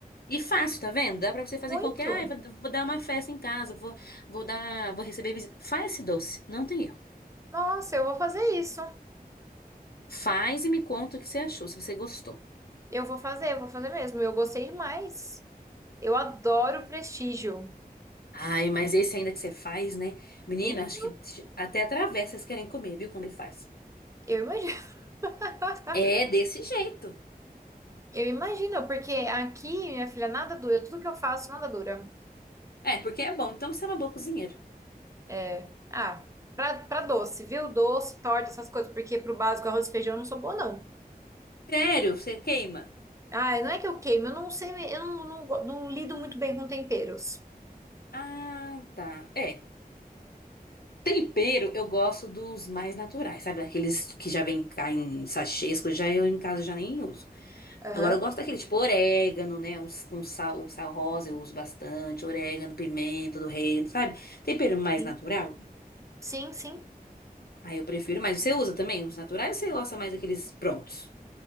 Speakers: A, on the left; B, on the right.
A: E fácil, tá vendo? Dá pra você fazer
B: Muito.
A: em qualquer. Ah, eu vou, vou dar uma festa em casa, vou, vou dar, vou receber visita. Faz esse doce, não tem erro.
B: Nossa, eu vou fazer isso.
A: Faz e me conta o que você achou, se você gostou.
B: Eu vou fazer, eu vou fazer mesmo. Eu gostei demais. Eu adoro prestígio.
A: Ai, mas esse ainda que você faz, né? Menina,
B: Hein?
A: acho que te- até atravessa, vocês querem comer, viu? Quando ele faz.
B: Eu imagino. <laughs>
A: É desse jeito.
B: Eu imagino, porque aqui, minha filha, nada dura. Tudo que eu faço, nada dura.
A: É, porque é bom, então você é uma boa cozinheira.
B: É. Ah, pra, pra doce, viu? Doce, torta, essas coisas. Porque pro básico, arroz e feijão, eu não sou boa, não.
A: Sério, você queima?
B: Ah, não é que eu queimo. Eu não sei, me- eu não, não, go- não lido muito bem com temperos.
A: Ah, tá. É. Tempero, eu gosto dos mais naturais, sabe? Aqueles que já vem cá em sachês, coisa, já eu em casa já nem uso.
B: Aham.
A: Agora eu gosto daquele tipo orégano, né? Um, um sal, o sal rosa eu uso bastante, orégano, pimenta do reino, sabe? Tempero mais
B: Sim,
A: natural.
B: sim. sim.
A: Aí eu prefiro, mas você usa também os naturais ou você gosta mais daqueles prontos?